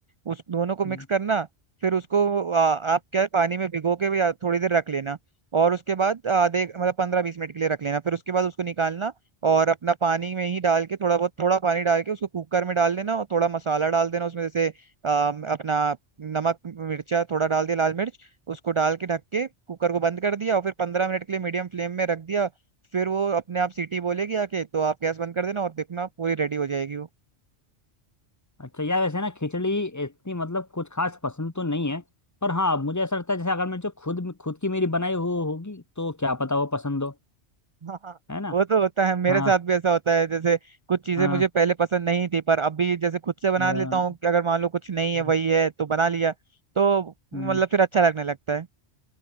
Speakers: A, on the right; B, on the left.
A: उस दोनों को मिक्स
B: हम्म।
A: करना फिर उसको आ, आप क्या है पानी में भिगो के भी आ, थोड़ी देर रख लेना और उसके बाद आधे मतलब पंद्रह बीस मिनट के लिए रख लेना फिर उसके बाद उसको निकालना और अपना पानी में ही डाल के थोड़ा बहुत थोड़ा पानी डाल के उसको कुकर में डाल देना और थोड़ा मसाला डाल देना उसमें जैसे आ, अपना नमक मिर्चा थोड़ा डाल दिया लाल मिर्च उसको डाल के ढक के कुकर को बंद कर दिया और फिर पंद्रह मिनट के लिए मीडियम फ्लेम में रख दिया फिर वो अपने आप सीटी बोलेगी आके तो आप गैस बंद कर देना और देखना पूरी रेडी हो जाएगी वो
B: अच्छा यार वैसे ना खिचड़ी इतनी मतलब कुछ खास पसंद तो नहीं है पर हाँ मुझे ऐसा लगता है जैसे अगर मैं जो खुद खुद की मेरी बनाई हुई होगी तो क्या पता वो पसंद हो
A: हाँ
B: है ना
A: वो तो होता है मेरे
B: हाँ
A: साथ भी ऐसा होता है जैसे कुछ चीजें
B: हाँ
A: मुझे पहले पसंद नहीं थी पर अभी जैसे खुद से बना
B: हाँ,
A: लेता हूँ कि अगर मान लो कुछ नहीं
B: हम्म,
A: है वही है तो बना लिया तो मतलब
B: हम्म,
A: फिर अच्छा लगने लगता है